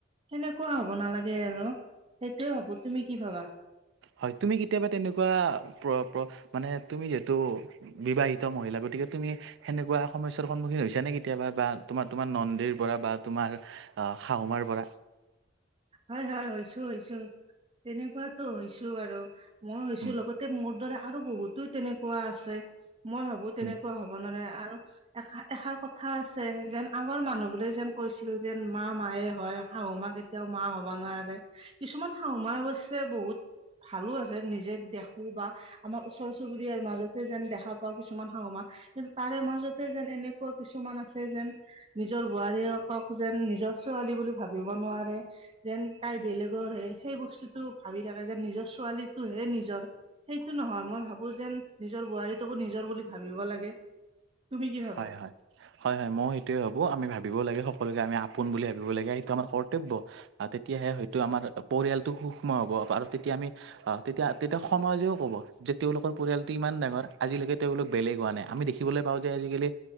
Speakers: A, on the right; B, on the right.
A: সেনেকুৱা হ'ব নালাগে আৰু সেইটোৱে ভাবো তুমি কি ভাবা?
B: হয় তুমি কেতিয়াবা তেনেকুৱা প্ৰ প্ৰ মানে তুমি যিহেতু বিবাহিত মহিলা গতিকে গতিকে তুমি সেনেকুৱা সমস্যাৰ সন্মুখীন হৈছা নেকি কেতিয়াবা বা তোমাৰ তোমাৰ নন্দিৰ পৰা বা তোমাৰ শাহুমাৰ পৰা
A: হয় হয় হৈছো তেনেকুৱাতো হৈছো বাৰু মই হৈছো
B: উম,
A: লগতে মোৰ দৰে আৰু বহুতো এইটো তেনেকুৱা আছে মই ভাবো তেনেকুৱা
B: উম।
A: হ'ব নালাগে আৰু এ এষাৰ কথা আছে যেন আগৰ মানুহ বোৰে যেন কৈছিল যেন মা মায়ে হয়। হয় শাহু মাক কেতিয়াও মা হ'ব নোৱাৰে। কিছুমান শাহু মাৰ অৱশ্যে বহুত ভালো আছে নিজে দেখো বা আমাৰ ওচৰ চুবুৰীয়াৰ মাজতে যেন দেখা পাওঁ কিছুমান শাহু মা। কিন্তু তাৰে মাজতে যেন এনেকুৱা কিছুমান আছে যেন নিজ নিজৰ বোৱাৰীয়েকক যেন নিজৰ ছোৱালী বুলি ভাবিব নোৱাৰে যেন তাই বেলেগৰ হে, সেই বস্তুতটো ভাবি থাকে যেন নিজৰ ছোৱালীটোহে নিজৰ। সেইটো নহয় মই ভাবো যেন, নিজৰ বোৱাৰীটোকো নিজৰ নিজৰ বুলি ভাবিব লাগে। তুমি কি ভাবা?
B: হয়, হয়। হয়, হয়। মই সেইটোয়ে ভাবো আমি ভাবিব লাগে স সকলোকে আমি আপোন বুলি ভাবিব লাগে সেইটো আমাৰ কৰ্তব্য। অহ, তেতিয়াহে হয়টো আমাৰ পৰিয়ালটো সুক্ষ্ম হ'ব। আৰু তেতিয়া আমি অহ, তেতিয়া-তেতিয়া সমাজেও ক'ব যে তেওঁলোকৰ পৰিয়ালটো ইমান ডাঙৰ আজিলৈকে তেওঁ বেলেগ হোৱা নাই আমি দেখিবলৈ পাওঁ যে আজি আজিকালি